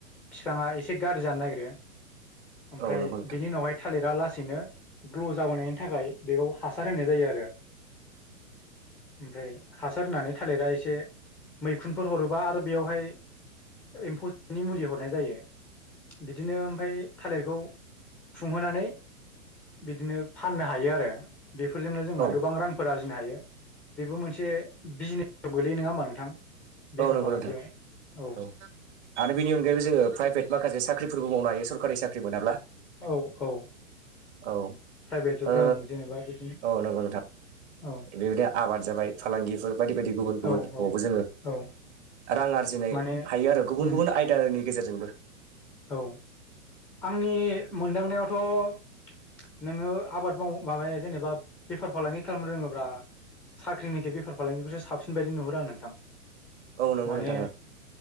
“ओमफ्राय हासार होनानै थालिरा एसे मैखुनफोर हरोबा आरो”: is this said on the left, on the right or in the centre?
Centre